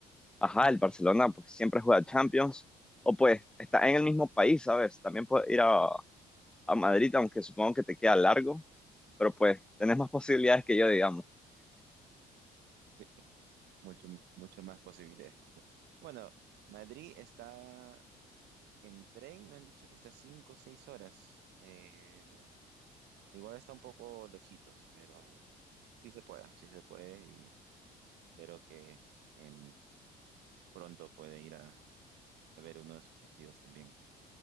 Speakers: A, in the centre; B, on the right (about 80°).
A: ajá, el Barcelona pues siempre juega Champions o pues está en el mismo país, ¿sabes? También puedes ir a, a Madrid, aunque supongo que te queda largo, pero pues tenés más posibilidades que yo, digamos.
B: Sí, Mucho, mucho más posibilidades. Bueno, Madrid está en tren, me han dicho que está cinco o seis horas. Eh, Igual está un poco lejitos, pero sí se puede, sí se puede y espero que en pronto pueda ir a, a ver uno de sus partidos también.